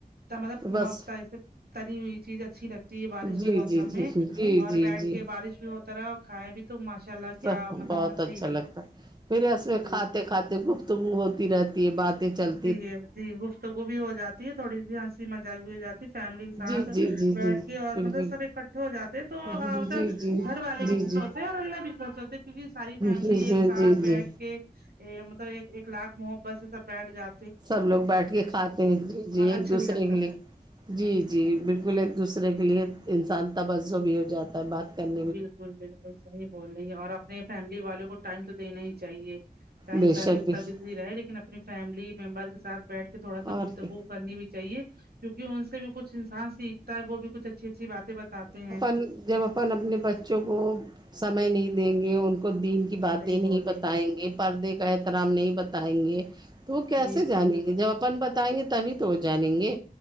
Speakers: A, on the right (about 85°); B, on the right (about 25°).
A: تا مطلب
B: بس
A: م تری سے تلی ہوئی چیز اچھی لگتی ہے بارش
B: جی
A: کے موسم
B: جی جی
A: میں
B: جی
A: اور
B: جی
A: بیٹھ
B: جی
A: کے بارش بھی ہوتا رہا اور کھائے بھی تو ماشاء اللہ کیا
B: سہ بہت
A: مطلب
B: اچھا
A: ہی
B: لگتا ہے پھر اس
A: ہے
B: میں کھاتے
A: جی
B: کھاتے گفتگو ہوتی رہ تی باتیں چل
A: تی ٹھی گفتگو بھی ہو جاتی ہے تھوڑی سی ہنسی مذاق بھی ہو جاتی فیملی کے ساتھ
B: جی جی جی
A: بیٹھ
B: جی
A: کے اور
B: بالکل
A: مطلب سب اکٹھے ہو جاتے ہیں تو
B: جی
A: آ ہوتا
B: جی جی جی
A: گھر والے بھی خوش
B: جی
A: ہوتے اور الله بھی خوش ہوتے کیونکہ ساری فیملی
B: جی جی
A: ایک ساتھ
B: جی
A: بیٹھ کے یہ مطلب ایک ایک لاکھ محبت سے سب بیٹھ جا
B: سب لوگ بیٹھ کے کھاتے ہیں جی جی
A: اور
B: ایک
A: اچھا
B: دوسرے
A: بھی لگتا
B: کے لیے
A: ہے
B: جی جی بلکل ایک دوسرے کے لیے انسان توجہ بھی ہو جاتا تب بات کرنی
A: بلکل بلکل صحیح بول رہی ہے اور اپنے فیملی والوں کو ٹائم تو دینا ہی چاہیے چاہے
B: بے
A: انسان
B: شک
A: جتنا
B: بے شک
A: بزی رہے لیکن اپنی فیملی ممبر کے ساتھ بیٹھ کے تھوڑا سا
B: اور
A: گفتگو
B: کیا
A: کرنی بھی چاہیے کیونکہ ان سے بھی کچھ انسان سیکھتا ہے وہ بھی کچھ اچھی اچھی باتیں بتاتے ہیں
B: پھر جب اپن اپنے بچوں کو سمے نہیں دیں گے ان کو دین کی باتیں
A: صحیح
B: نہیں
A: بولیں
B: بتائیں گے پردے کا احترام نہیں بتائیں گے تو وہ کیسے
A: جی
B: جانیں گے جب اپن ب تائیں گے تبھی تو ہو جانیں گے